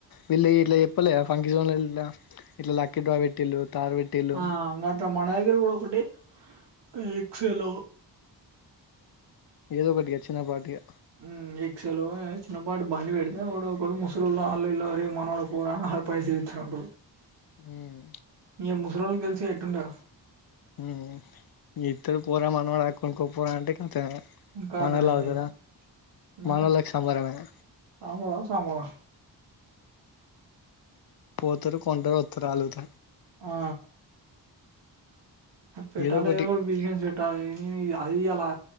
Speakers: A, on the left; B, on the right.
A: వెళ్లి ఇట్ల చెప్పలేదా ఫంక్షన్ లల్ల ఇట్లా ఇట్ల లక్కీ డ్రా పెట్టిళ్ళు తారు పెట్టిళ్ళు
B: ఆ అట్ల మనదగ్గర కూడా ఒకటిఎక్సలో
A: ఏదో ఒకటి ఇగా చిన్న పాటి ఇగ
B: మ్ ఎక్సలో చిన్నపాటి బండి పెడితే ఎవడో ఒకడు ముసలోళ్ళు ఆళ్లిళ్ళో అరేయ్ మనోడ పోరా అని హ పైసలు ఇస్తాంట్రూ
A: ఉం
B: ఇగ ముసలొల్లకి తెలిసు గా ఎట్టుంటదో
A: మ్ ఇద్దరు పోరా మన వాడే కొనుక్కో పోరా అంటే కథమే
B: కాదా
A: మనోళ్లు ఆగుతారా
B: ఇగ మరి
A: మనోళ్ళకి సంబరమేనాయే
B: రామురా సామురా
A: పోతరు కొంటరు ఒత రాల్లు గుత
B: ఆ పెట్టాలే
A: ఏదో ఒకటి
B: ఎదో ఒక బిజినెస్ పెట్టాలి ఏ అ ఇయ్య లా